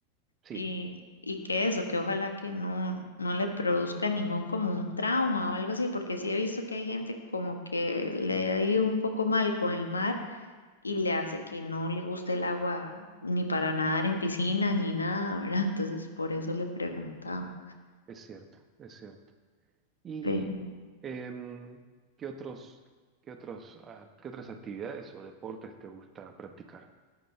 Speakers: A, on the right; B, on the left.
A: Sí,
B: Y, y que eso, que ojalá que no, no le produzca ningún como un trauma o algo así, porque sí he visto que hay gente como que le ha ido un poco mal con el mar y le hace que no le guste el agua ni para nadar en piscina ni nada, ¿verdad? <laughs> Entonces por eso le preguntaba.
A: es cierto, es cierto. ¿Y
B: Pero,
A: em, qué otros, qué otros, ah, qué otras actividades o deportes te gusta practicar?